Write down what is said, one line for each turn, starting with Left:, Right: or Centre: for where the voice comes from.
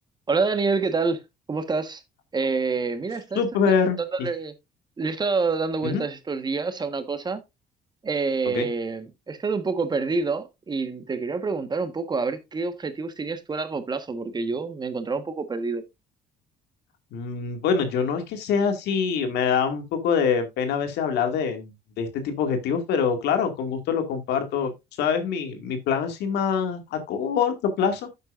Right: Hola Daniel, ¿qué tal? ¿Cómo estás? Eh,
Left: Oh,
Right: mira, estaba
Left: Súper.
Right: estos días dándole,
Left: Y-
Right: le he estado dando vueltas
Left: ujú,
Right: estos días a una cosa. Eh,
Left: Ok.
Right: he estado un poco perdido y te quería preguntar un poco a ver qué objetivos tenías tú a largo plazo, porque yo me encontraba un poco perdido.
Left: Mm, Bueno, yo no es que sea así, me da un poco de pena a veces hablar de, de este tipo de objetivos, pero claro, con gusto lo comparto. ¿Sabes? Mi, mi plan así más a corto plazo,